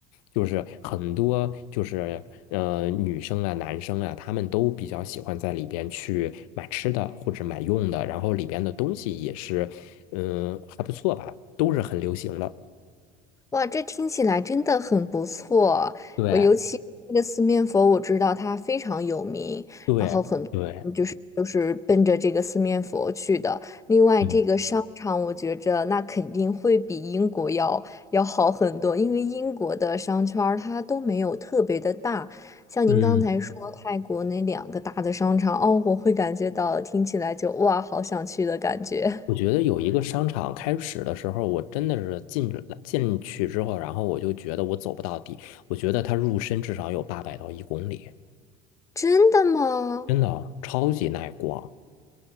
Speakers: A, on the left; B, on the left.
A: 就是很多就是呃女生啊、男生啊，他们都比较喜欢在里边去买吃的或者买用的，然后里边的东西也是，嗯、还不错吧，都是很流行的。
B: 哇，这听起来真的很不错。
A: 对
B: 我尤其那个四面佛，我知道它非常有名，
A: 对对，
B: 然后很嗯就是都是奔着这个四面佛去的。另外，
A: 嗯
B: 这个商场我觉着那肯定会比英国要要好很多，因为英国的商圈儿它都没有特别的大。像您刚才说泰国那两个大的商场，
A: 嗯。
B: 哦，我会感觉到听起来就哇，好想去的感觉。
A: 我觉得有一个商场开始的时候，我真的是进了进去之后，然后我就觉得我走不到底，我觉得它入深至少有八百到一公里。
B: 真的吗？
A: 真的超级耐逛。